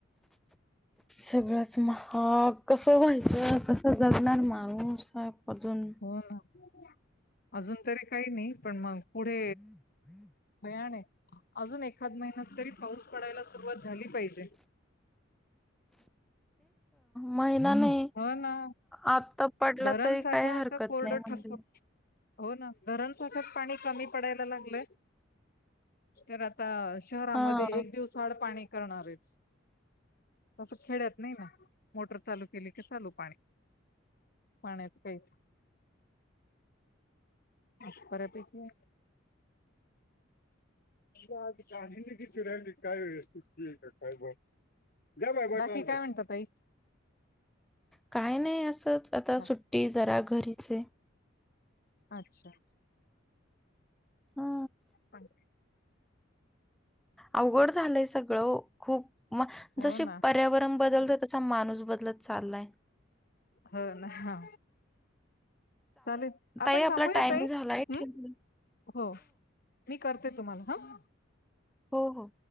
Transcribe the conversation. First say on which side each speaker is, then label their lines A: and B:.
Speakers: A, in the centre; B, on the left.
A: सगळंच महाग कस व्हायचं कस जगणार माणूस. अजून
B: हो ना. अजून तरी काही नाही, पण मग पुढे भयाण हे. अजून एखाद महिन्यात.. तरी पाऊस पडायला सुरुवात झाली पाहिजे.
A: महिनाने
B: हो ना
A: आता पडला
B: धरण
A: तरी
B: साठाता
A: काही हरकत
B: कोरडं
A: नाही म्हणजे
B: ठकत हो ना धरण साठा पाणी कमी पडायला लागलंय. तर आता शहरामध्ये
A: हा
B: एक दिवस आड पाणी करणार आहे. तस खेड्यात नाही ना मोटर चालू केली की चालू पाणी. पाण्याचं काही नाही. बऱ्यापैकी आहे. काहीनी कस राहिली काय व्यवस्थ का काय बघ जा बा <inaudible> काय म्हणतात तई?
A: काय नाही असंच आता
B: काय
A: सुट्टी जरा घरीच हे.
B: अच्छा!
A: हा.
B: सांग
A: अवघड झालंय सगळं ओ खूप म
B: हो
A: जसे
B: ना
A: पर्यावरण बदल तसा माणूस बदलत चाललाय.
B: हो ना ह. चालेल, आपण
A: ताई आपला
B: थांबूया
A: टाईम
B: ताई
A: झालाय
B: हं
A: ठेवू.
B: हो मी कर ते तुम्हाला हं.
A: हो हो.